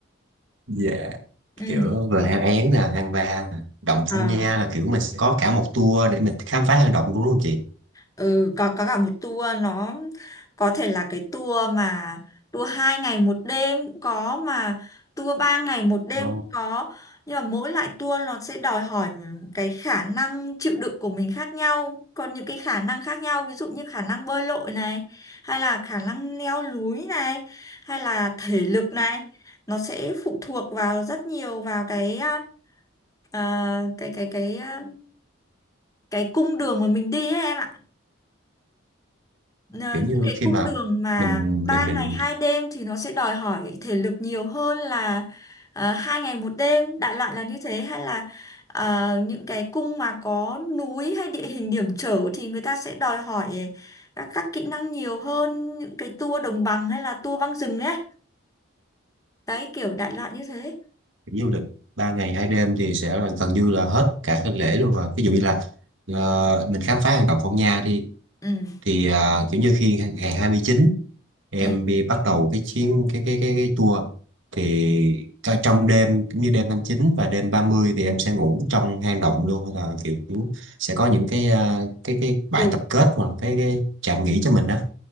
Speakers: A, on the right (about 65°); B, on the left (about 15°).
A: dạ
B: ừ.
A: kiểu về hang Én nè hang Va nè, động
B: À.
A: Phong Nha là kiểu mình sẽ có cả một tour để mình khám phá hang động luôn đúng không chị
B: Ừ, có có cả một tour nó có thể là cái tour mà tour 2 ngày một đêm cũng có mà tour ba ngày một đêm
A: Ờ,
B: cũng có nhưng mà mỗi loại tour nó sẽ đòi hỏi cái khả năng chịu đựng của mình khác nhau còn những cái khả năng khác nhau ví dụ như khả năng bơi lội này hay là khả năng leo núi này hay là thể lực này nó sẽ phụ thuộc vào rất nhiều vào cái à, à, cái cái cái à, cái cung đường mà mình đi ấy em ạ Ờ,
A: kiểu như
B: cái
A: khi
B: cung
A: mà
B: đường mà
A: mình
B: 3
A: mình mình
B: ngày 2 đêm thì nó sẽ đòi hỏi thể lực nhiều hơn là uh, 2 ngày một đêm đại loại là như thế hay là ờ, những cái cung mà có núi hay địa hình hiểm trở thì người ta sẽ đòi hỏi các, các kỹ năng nhiều hơn những cái tour đồng bằng hay là tour băng rừng ấy đấy kiểu đại loại như thế
A: đi du lịch ba ngày hai đêm thì sẽ là gần như là hết cả cái lễ luôn rồi ví dụ như là ờ, mình khám phá hang động Phong Nha đi
B: ừ
A: thì ờ, kiểu như khi ngày 29 em
B: ừ
A: đi bắt đầu cái chuyến cái cái cái, cái tour thì tr- trong đêm cũng như đêm 29 và đêm ba mươi thì em sẽ ngủ trong hang động luôn hay là kiểu sẽ có những cái ờ, cái cái bãi
B: ừ
A: tập kết hoặc là cái, cái trạm nghỉ cho mình đó